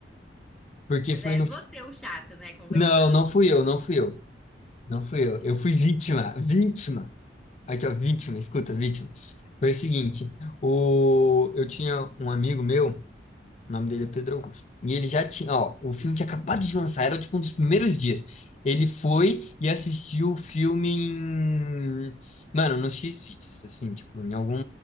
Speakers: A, on the left; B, in the centre.
A: Porque
B: Mas
A: foi
B: era
A: no.
B: você o chato, né? Conversando.
A: Não, não fui eu, não fui eu. Não fui eu. Eu fui vítima. Vítima. Aqui, ó, vítima. Escuta, vítima. Foi o seguinte. O... Eu tinha um amigo meu, o nome dele é Pedro Augusto. E ele já tinha, ó, o filme tinha acabado de lançar, era tipo um dos primeiros dias. Ele foi e assistiu o filme em... Mano, no X-Vídeos, assim, tipo, em algum,